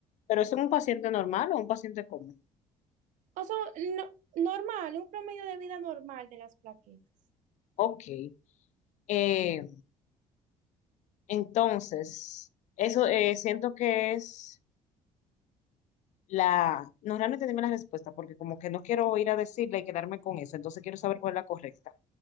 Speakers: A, on the left (about 65°); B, on the right (about 75°).
A: ¿Pero es un paciente normal o un paciente común?
B: O sea, no, normal, un promedio de vida normal de las plaquetas.
A: Ok. Eh, Entonces, eso eh, siento que es la... No, realmente dime la respuesta, porque como que no quiero ir a decirla y quedarme con esa, entonces quiero saber cuál es la correcta.